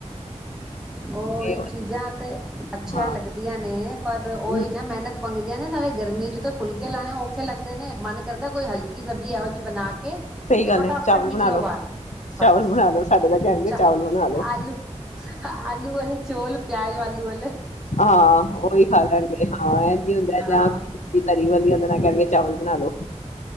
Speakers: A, in the centre; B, on the left.
A: ਉਹੀ
B: ਇਹ ਹੋ-
A: ਚੀਜ਼ਾਂ ਤੇ ਅੱਛੀਆਂ
B: ਹਾਂ
A: ਲੱਗਦੀਆਂ ਨੇ <unintelligible> ਪਰ ਉਹ
B: ਹੂੰ
A: ਇਨਾ ਮਿਹਨਤ ਮੰਗਦੀਆਂ ਨੇ ਨਾਲੇ ਗਰਮੀ ਚ ਤਾਂ ਫੁਲਕੇ ਲਾਉਣੇ ਔਖੇ ਲੱਗਦੇ ਨੇ ਮਨ ਕਰਦਾ ਕੋਈ ਹਲਕੀ ਸਬਜ਼ੀ ਇਹੋ ਜਿਹੀ ਬਣਾ ਕੇ
B: ਸਹੀ
A: ਤੇ
B: ਗੱਲ
A: ਫਟਾਫਟ
B: ਹੈ ਚਾਵਲ ਬਣਾ
A: ਨਿਕਲੋ
B: ਲੋ
A: ਬਾਹਰ ਬਸ
B: ਚਾਵਲ ਬਣਾ ਲੋ ਸਾਡੇ ਦਾ ਕਹਿਣਗੇ
A: ਚ
B: ਚਾਵਲ ਬਣਾ ਲੋ
A: ਆਲੂ ਆਲੂ ਵਾਲ ਚੋਲ ਪਿਆਜ ਆਲੂ ਵਾਲੇ
B: ਹਾਂ ਉਹੀ ਖਾ ਲੈਣਗੇ ਹਾਂ ਹੁੰਦਾ
A: ਹਾਂ
B: ਜਾਂ ਤਰੀ ਵਾਲੀਆ ਕਰਕੇ ਚਾਵਲ ਬਣਾ ਲੋ